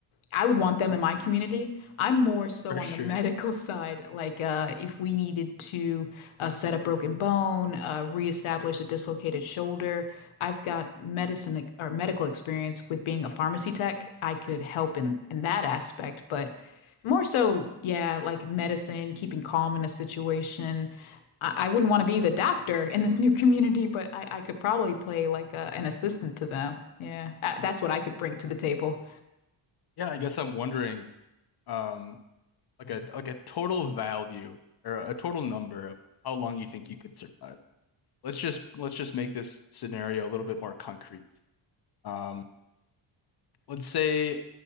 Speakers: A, on the left; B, on the left.
A: I would want them in my community. I'm more so
B: for
A: on
B: sure.
A: the <laughs> medical side, like uh, if we needed to uh, set a broken bone, uh, reestablish a dislocated shoulder. I've got medicine ex- or medical experience with being a pharmacy tech. I could help in in that aspect, but more so, yeah, like medicine, keeping calm in a situation. I, I wouldn't want to be the doctor in this new <laughs> community, but I, I could probably play like a, an assistant to them. Yeah, that, that's what I could bring to the table.
B: Yeah, I guess I'm wondering, um, like a like a total value or a total number of how long you think you could survive. Let's just let's just make this scenario a little bit more concrete. Um, let's say,